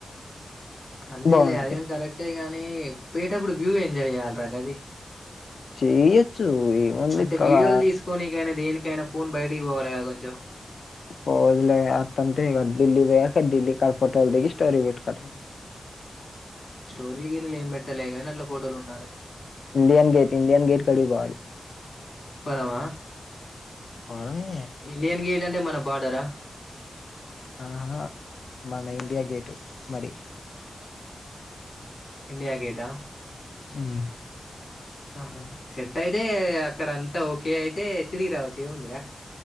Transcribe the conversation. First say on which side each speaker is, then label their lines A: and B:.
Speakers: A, on the left; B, on the left.
A: అంతేలే
B: బావుంటది.
A: అదిగాని కరెక్టే గాని పోయేటప్పుడు వ్యూ ఎంజాయ్ చెయాల ప్రగది
B: చేయొచ్చు ఏముంది
A: అంటే
B: కా
A: వీడియోలు తీసుకోనికైనా దేనికి గయినా ఫోన్ బయటకి పోవాల గదా కొంచెం
B: పో వదిలే అట్టటాంటే ఇగ ఢిల్లీ కి పోయాక ఢిల్లీ కాడ ఫోటోలు దిగి స్టోరీ పెట్టుకో అట్టా
A: స్టోరీలు గీరిలు ఏం పెట్టాలె గాని అట్లా ఫోటోలు ఉండాల కదా
B: ఇండియన్ గేట్ ఇండియన్ గేట్ కాడికి పో ఆడికి
A: పోదమా
B: పొడమే
A: ఇండియన్ గేట్ అంటే మన బార్డరా
B: ఆహా మన ఇండియా గేట్ మరి
A: ఇండియా గేటా
B: ము
A: ఆహా సెట్ అయితే అక్కడ అంతా ఓకే అయితే తిరిగి రావచ్చు ఏముందిరా